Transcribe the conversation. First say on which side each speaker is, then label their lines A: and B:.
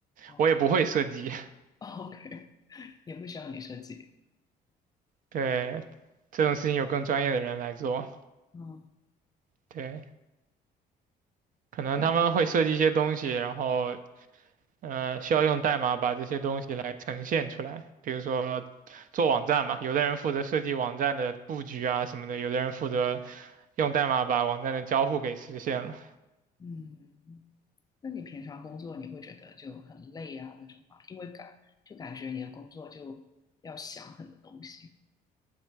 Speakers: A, on the left; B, on the right.
A: 哦，
B: 我也不会设计。
A: <laughs> OK，也不需要你设计。
B: 对，这种事情有更专业的人来做。
A: 嗯，
B: 对，可能他们会设计一些东西，
A: 嗯
B: 然后呃，需要用代码把这些东西来呈现出来。比如说做网站嘛，有的人负责设计网站的布局啊什么的，有的人负责用代码把网站的交互给实现了。
A: 嗯，那你平常工作你会觉得就很累啊那种吗？因为感就感觉你的工作就要想很多东西。